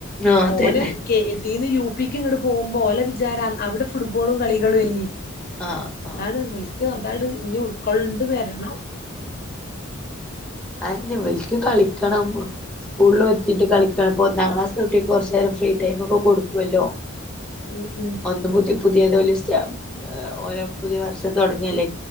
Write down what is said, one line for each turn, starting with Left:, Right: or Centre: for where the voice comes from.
Centre: ആ അതന്നെ
Left: ഓന് കെ ന്ന് യു പിക്ക്ങ്ങട് പോകു പോലെ വിചാരം അവിടെ ഫുട്ബോളും കളികളും ഏനി
Centre: ആ
Left: അതാണ്
Centre: ആ
Left: മുൽക് അതാണ് ഇനി ഉൾക്കൊള്ണ്ട് വരണം
Centre: അതന്നെ ഇവൽക്ക് കളിക്കണം സ്കൂളിലു എത്തിട്ട് കളിക്കണം ഒന്നാം ക്ലാസ്ത്ത കുട്ടിയേക്ക് കൊറച്ചേരം ഫ്രീ ടൈമു ഒക്കെ കൊടുക്കുവല്ലോ
Left: ഉം ഉം
Centre: ഒന്ന് പുത്യ പു <unintelligible> ഓരോ പുതിയ വർഷം തുടങ്ങിയല്ലേ